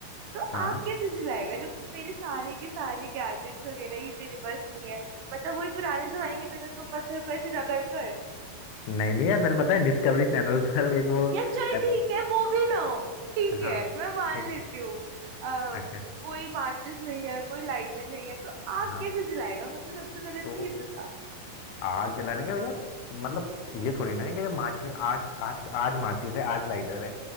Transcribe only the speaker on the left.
हाँ
नहीं नहीं यार मैंने पता है डिस्कवरी चैनल पर <laughs> एक वो
ऐप-
हाँ
ठीक
है
अच्छा
हाँ
तो
आग जलाने का यार मतलब ये थोड़ी ना है कि माचिस आज आज आज माचिस है आज लाइटर है